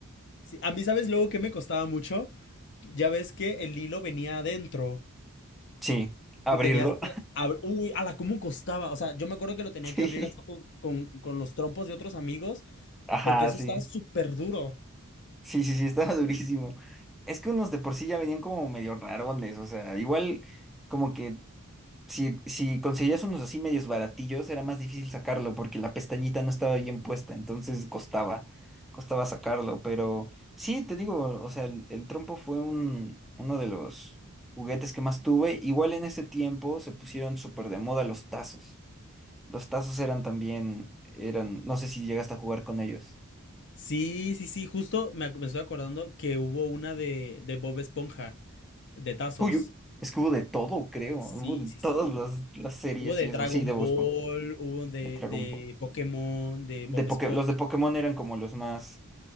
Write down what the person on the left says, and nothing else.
Sí, a mí, ¿sabes luego que me costaba mucho? Ya ves que el hilo venía adentro.
Y tenías que abrir. Uy, a la cómo costaba. O sea, yo me acuerdo que lo tenía
que abrir
así con, con- con los trompos de otros amigos,
porque eso
estaba súper duro.
Sí, sí, sí, justo me, ac- me estoy acordando que hubo una de, de Bob Esponja, de tazos.
Sí,
sí, sí.
Hubo de
Dragon
Ball,
hubo de,
de
Pokémon, de
Bob
Esponja,